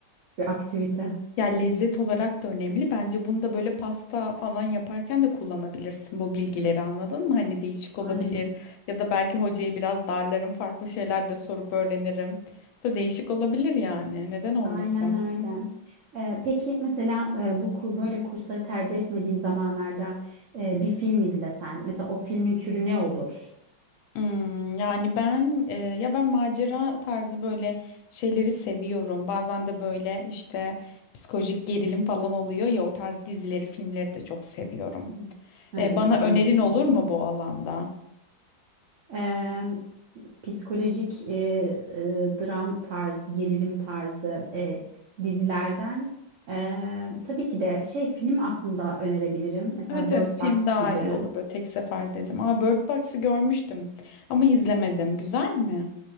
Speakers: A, on the right; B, on the left.
A: bir aktivite.
B: Ya lezzet olarak da önemli. Bence bunu da böyle pasta falan yaparken de kullanabilirsin bu bilgileri anladın mı? Hani değişik olabilir
A: Aynen.
B: ya da belki hocayı biraz darlarım farklı şeyler de sorup öğrenirim. Bu Da değişik olabilir yani neden olmasın?
A: Aynen öyle. Ee, peki mesela e, bu ku- böyle kursları tercih etmediğin zamanlarda e, bir film izlesen, mesela o filmin türü ne olur?
B: Hmm, yani ben e, ya ben macera tarzı böyle şeyleri seviyorum. Bazen de böyle işte psikolojik gerilim falan oluyor ya o tarz dizileri, filmleri de çok seviyorum.
A: Hı. Evet,
B: E, bana önerin
A: ben de severim.
B: olur mu bu alanda?
A: Ee, psikolojik e, e, dram tarzı, gerilim tarzı e, dizilerden e, tabii ki de şey film aslında önerebilirim. Mesela
B: Evet
A: Bird
B: evet Film
A: Box
B: daha
A: gibi.
B: iyi olur böyle tek seferde izlerim. Aa Bird Box'ı görmüştüm ama izlemedim. Güzel mi?